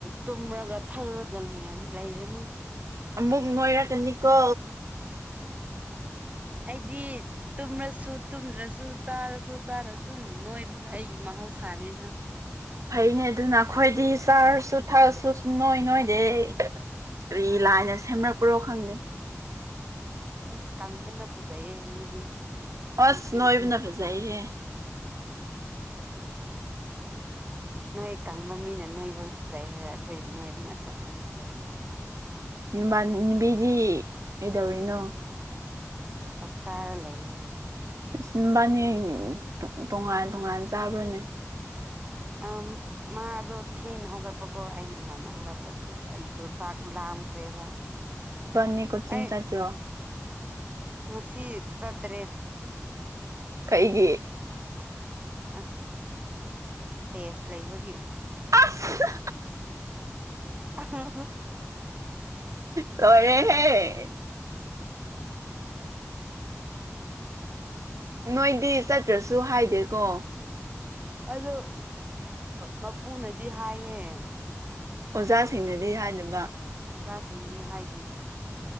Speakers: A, on the right; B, on the right.
A: ꯇꯨꯝꯔꯒ ꯊꯛꯂꯒ ꯂꯩꯔ ꯂꯩꯔꯅꯤ
B: ꯑꯃꯨꯛ ꯅꯣꯏꯔꯛꯀꯅꯤꯀꯣ
A: ꯑꯩꯗꯤ ꯇꯨꯝꯔꯁꯨ ꯇꯨꯝꯗ꯭ꯔꯁꯨ ꯆꯥꯔꯁꯨ ꯆꯥꯔ ꯑꯗꯨꯝ ꯅꯣꯏꯕꯗ ꯑꯩꯒꯤ ꯃꯥꯍꯧꯁꯥꯅꯤꯗ
B: ꯐꯩꯅꯦ ꯑꯗꯨꯅ ꯑꯩꯈꯣꯏꯗꯤ ꯆꯥꯔꯁꯨ ꯊꯛꯑꯁꯨ ꯁꯨꯡꯅꯣꯏ ꯅꯣꯏꯗꯦ ꯑꯩ ꯀꯔꯤ ꯂꯥꯏꯅ ꯁꯦꯝꯔꯛꯄ꯭ꯔꯣ ꯈꯪꯗꯦ
A: ꯑꯁ ꯀꯪꯕꯅ ꯐꯖꯩꯌꯦ ꯃꯤꯗꯤ
B: ꯍꯁ
A: ꯅꯨꯄꯤꯗꯤ
B: ꯅꯣꯏꯣꯏꯕꯅ ꯐꯖꯩꯌꯦꯦ
A: ꯅꯣꯏ ꯀꯪꯕ ꯃꯤꯅ ꯅꯣꯏꯕ ꯐꯖꯩ ꯍꯥꯏꯔꯦ ꯑꯩꯈꯣꯏ ꯅꯣꯏꯕꯅ ꯀꯪꯕꯅ ꯐꯖꯩ ꯍꯥꯏꯅꯤ
B: ꯕꯥ ꯅꯨꯕꯤꯗꯤ ꯀꯩꯗꯧꯔꯤꯅꯣ
A: ꯆꯥꯛꯆꯥꯥꯔ ꯂꯩꯌꯦꯦ
B: ꯏꯁꯕꯥꯅꯤ ꯇꯣꯉꯥꯟ ꯇꯣꯉꯥꯟ ꯆꯥꯕ꯭ꯔꯥꯅꯦ <unintelligible>
A: ꯑꯝ ꯃꯥꯗꯣ ꯊꯦꯡꯅ ꯍꯧꯒꯠꯄꯀꯣ ꯑꯩꯅ ꯉꯟꯅ ꯍꯧꯒꯠꯄ ꯑꯗꯨꯒꯤ ꯑꯩꯗꯣ ꯆꯥꯛ ꯂꯥꯝꯈ꯭ꯔꯦꯕ
B: ꯅꯤꯀ ꯆꯤꯡꯆꯆ꯭ꯔ
A: ꯑꯩ ꯉꯁꯤ ꯆꯠꯇ꯭ꯔꯦꯠ
B: ꯀꯩꯒꯤ
A: ꯑꯁ ꯇꯦꯁ ꯂꯩꯕꯒꯤ
B: ꯑꯁ
A: ꯑ ꯍ
B: ꯇꯔꯦꯍꯦ ꯅꯣꯏꯗꯤ ꯆꯠꯇ꯭ꯔꯁꯨ ꯍꯥꯏꯗꯦꯀꯣ
A: ꯑꯗꯣ ꯃꯄꯨꯅꯗꯤ ꯍꯥꯏꯌꯦꯦ
B: ꯑꯣꯖꯥꯁꯤꯡꯅꯗꯤ ꯍꯥꯏꯗꯅꯕ
A: ꯑꯣꯖꯥꯁꯤꯡꯗꯤ ꯍꯥꯏꯗꯤ